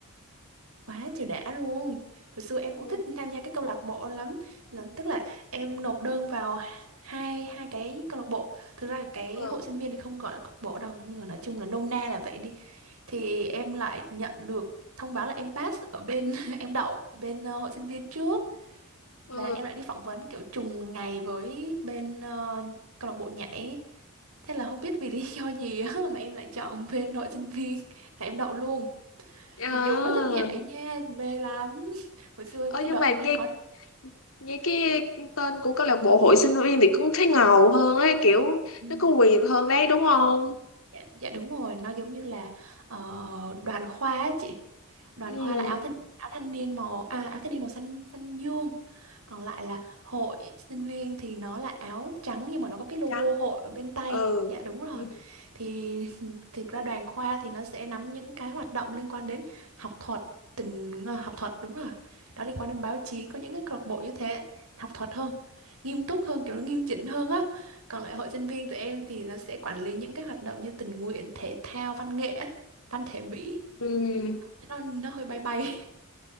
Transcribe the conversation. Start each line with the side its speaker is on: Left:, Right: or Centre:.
Right: quá trời đã luôn hồi xưa em
Left: ừ
Right: cũng thích tham gia cái câu lạc bộ lắm là tức là em nộp đơn vào hai hai cái câu lạc bộ thực ra cái
Left: ừ
Right: hội sinh viên thì không gọi là câu lạc bộ đâu nhưng mà nói chung là nôm na là vậy đi thì em lại nhận được thông báo là em pass ở bên <laughs> em đậu ở bên ờ, hội sinh viên trước
Left: ừ
Right: và em lại đi phỏng vấn kiểu trùng ngày với bên ờ, câu lạc bộ nhảy thế là không biết vì lý do gì á <laughs> mà em lại chọn bên hội sinh viên là em đậu luôn
Left: à.
Right: Mặc dù cũng rất thích nhảy nha, mê lắm. <laughs> Hồi xưa em-
Left: ờ
Right: cái
Left: nhưng
Right: đợt
Left: mà
Right: em đi
Left: nghe
Right: có
Left: nghe cái tên của câu lạc bộ hội sinh viên thì cũng thấy ngầu hơn ấy kiểu
Right: Ừ.
Left: nó có quyền hơn đấy đúng không
Right: Dạ, dạ đúng rồi, nó giống như là ờ, đoàn khoa á chị. Đoàn
Left: ừ
Right: khoa là áo thanh áo thanh niên màu à áo thanh niên màu xanh xanh dương. Còn lại là hội sinh viên thì nó là áo trắng nhưng mà nó
Left: màu
Right: có cái logo
Left: trắng
Right: hội ở bên tay.
Left: ừ
Right: Dạ đúng rồi.
Left: ừ
Right: Thì <laughs> thực ra đoàn khoa thì nó sẽ nắm những cái hoạt động liên quan đến học thuật, tình ờ, học thuật đúng rồi. Đó liên quan đến báo chí có những cái câu lạc bộ như thế, học thuật hơn, nghiêm túc hơn, kiểu nó nghiêm chỉnh hơn á. Còn lại hội sinh viên tụi em thì nó sẽ quản lý những cái hoạt động như tình nguyện, thể thao, văn nghệ, á, văn thể mỹ.
Left: ừ.
Right: Nó, nó hơi bay bay,